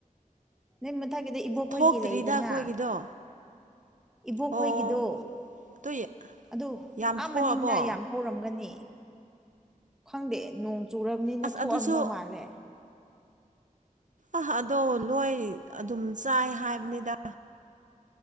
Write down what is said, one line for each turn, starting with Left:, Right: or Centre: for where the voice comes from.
Centre: ꯅꯣꯏ ꯃꯊꯛꯀꯤꯗꯣ ꯏꯕꯣꯛꯈꯣꯏꯒꯤ
Right: ꯊꯣꯛꯇ꯭ꯔꯤꯗ
Centre: ꯂꯩꯗꯅ
Right: ꯑꯩꯈꯣꯏꯒꯤꯗꯣ
Centre: ꯏꯕꯣꯛꯈꯣꯏꯒꯤꯗꯣ
Right: ꯑꯣ ꯑꯗꯨ
Centre: ꯑꯗꯨ
Right: ꯌꯥꯝ
Centre: ꯑꯥ
Right: ꯊꯣꯛꯑꯕꯣ
Centre: ꯃꯅꯤꯡꯗ ꯌꯥꯝ ꯍꯧꯔꯝꯒꯅꯤ ꯈꯪꯗꯦ ꯅꯣꯡ ꯆꯨꯔꯕꯅꯤꯅ
Right: ꯑꯁ
Centre: ꯊꯣꯛꯑꯝꯗꯧ
Right: ꯑꯗꯨꯁꯨ
Centre: ꯃꯥꯜꯂꯦ
Right: ꯑ ꯑꯗꯣ ꯂꯣꯏ ꯑꯗꯨꯝ ꯆꯥꯏ ꯍꯥꯏꯕꯅꯤꯗ